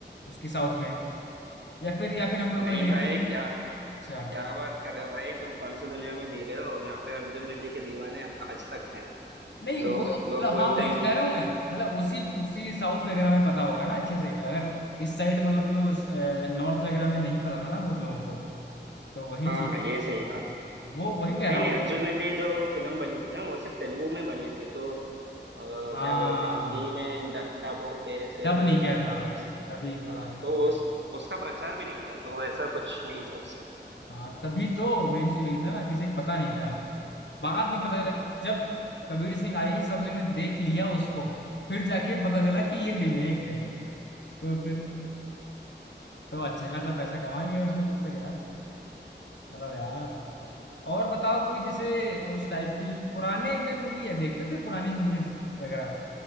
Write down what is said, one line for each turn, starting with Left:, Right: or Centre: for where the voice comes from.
Left: उसकी साउथ में या फिर या फिर हम लोगों
Right: नहीं
Left: ने देखी
Right: भाई
Left: नहीं
Right: क्या
Left: अच्छा
Right: क्या बात कर रहे हो भाई तुम कौन सी दुनिया में जी रहे हो यहाँ पे अर्जुन रेड्डी के दीवाने अब आज तक हैं
Left: नहीं वो
Right: लोग
Left: मतलब
Right: लोग बोलते
Left: हाँ वही
Right: हैं
Left: तो
Right: कि
Left: कह रहा हूँ मैं मतलब उसी उसी साउथ वगैरह में पता होगा ना अच्छे से अगर इस साइड मतलब जो नॉर्थ वगैरह में नहीं पता था ना बहुत लोगों को तो वही
Right: हाँ
Left: चीज
Right: हाँ ये सही
Left: हाँ
Right: कहा
Left: वो वही कह रहा
Right: नहीं
Left: हूँ
Right: नहीं अर्जुन रेड्डी जो फिल्म बनी थी ना वो सिर्फ तेलुगु में बनी थी तो अ, क्या
Left: हाँ
Right: बोलते हैं हिंदी में डब होके फिर
Left: तब
Right: अ,
Left: नहीं किया था
Right: उस
Left: तभी थोड़ा
Right: हाँ
Left: ऐस-
Right: तो वो उस, उसका प्रचार भी नहीं था तो ऐसा कुछ नहीं था उसका
Left: हाँ तभी तो मेन चीज वही था ना किसी को पता नहीं था बाद में पता चला जब कबीर सिंह आई सब लोगों ने देख लिया उसको फिर जाके पता चला कि ये रीमेक है तो फिर तो अच्छा खासा पैसा कमा लिया उसने तब तक यार अलग यार और बताओ कोई जैसे उस टाइप की पुराने में मूवी है देखते थे पुरानी मूवीज वगैरह